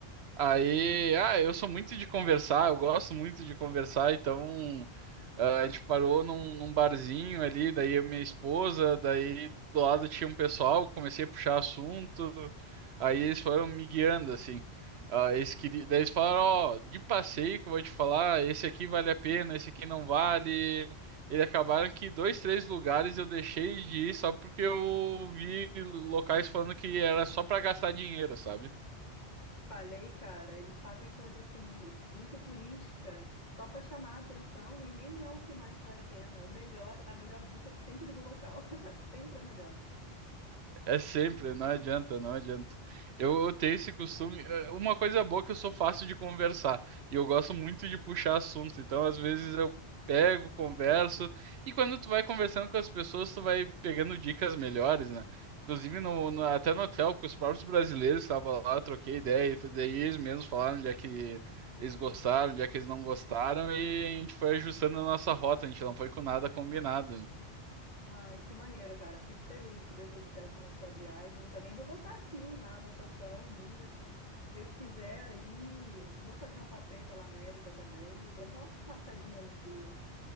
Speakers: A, on the right; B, on the left.
A: Aí, ah, eu sou muito de conversar, eu gosto muito de conversar, então ah, a gente parou num, num barzinho ali, daí eu e minha esposa, daí do lado tinha um pessoal, comecei a puxar assunto, aí eles foram me guiando, assim. Ah, eles queriam, daí eles falaram, ó, de passeio que eu vou te falar, esse aqui vale a pena, esse aqui não vale. Eles acabaram que dois, três lugares eu deixei de ir só porque eu vi locais falando que era só para gastar dinheiro, sabe?
B: Falei, cara, eles fazem coisa assim muito turística só para chamar a atenção e nem é o que mais vale a pena. O melhor, a melhor dica é sempre do local, <laughs> sempre a melhor.
A: É sempre, não adianta, não adianta. Eu, eu tenho esse costume. eh, Uma coisa boa é que eu sou fácil de conversar e eu gosto muito de puxar assunto. Então, às vezes eu pego, converso e quando tu vai conversando com as pessoas, tu vai pegando dicas melhores, né? Inclusive no, no- até no hotel com os próprios brasileiros que estavam lá, eu troquei ideia e foi- daí eles mesmos falaram onde é que eles gostaram, onde é que eles não gostaram e a gente foi ajustando a nossa rota. A gente não foi com nada combinado.
B: Ai, que maneiro, cara. Fico feliz que deu tudo certo na sua viagem. Também vou botar aqui na anotação minha. Se Deus quiser, aí vou fazer um passeio pela América também e dou uma passadinha no Chile.